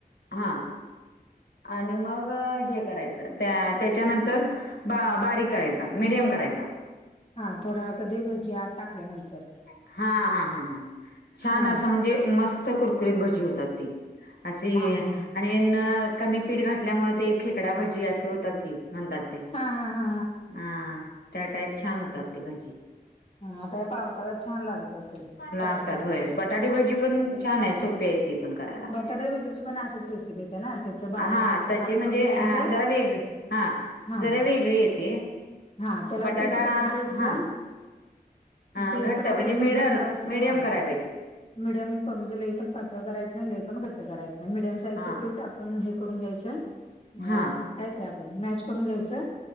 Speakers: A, on the left (about 85°); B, on the left (about 40°).
A: हा आणि मग हे करायचं त्या त्याच्यानंतर बारीक करायचा, मिडियम करायचा.
B: हा थोडा वेळ कधी भजी आत टाकल्या नंतर.
A: हा. हा. हा. हा. छान
B: हा
A: असं म्हणजे मस्त- त् कुरकुरीत भजी होतात ती असी
B: हा हा
A: अणि न कमी पीठ घठल्यामुळे ते- खेकडा भजी असं होतात की म्हणतात ते.
B: हा हा हा
A: हा. हा. त्या टाईप छान होतात् ते भाजी.
B: हा आता या पावसाळ्यात छान लागत असतील <inaudible> करुून
A: लागतात
B: खायला.
A: होय बटाटे भजी पण छानाय सोपी आयत् ती पण करायला.
B: बटाटे भजीची पण असेच रेसिपी- त ना त्याचं बारीक
A: हा
B: बारीक
A: तशी
B: काप
A: म्हणजे
B: करून घ्यायचं
A: हा जरा वेग हा
B: हा.
A: जरा वेगळी येते.
B: हा त्याला
A: बटाटा
B: पीठ पण असं एकदम.
A: हा
B: पीठपण
A: घट्ट म्हणजे
B: असं एकदम
A: मिडल
B: घट्ट असं
A: मिडियम
B: हा.
A: कराय पाहिजे.
B: मिडयम कम्जे लई पण पातळ करायचं नाई लई पण घट्ट करायच नाई मिडयम साईजचं
A: हा
B: पीठ आप्- <inaudible> -पण हे करून घ्यायचं न
A: हा
B: काय ते आपण मॅश करून घ्यायचं